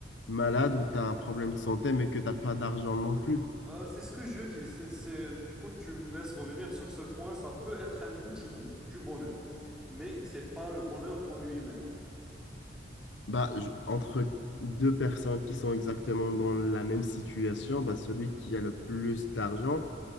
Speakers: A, on the left; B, in the centre.
A: malade ou tu as un problème de santé mais que tu n'as pas d'argent non plus.
B: Euh, c'est ce que je dis. C'est, c'est- Du coup, tu me laisses revenir sur ce point. Ça peut être un outil du bonheur, mais c'est pas le bonheur en lui-même.
A: Bah, je- entre deux personnes qui sont exactement dans la même situation, bah, celui qui a le plus d'argent,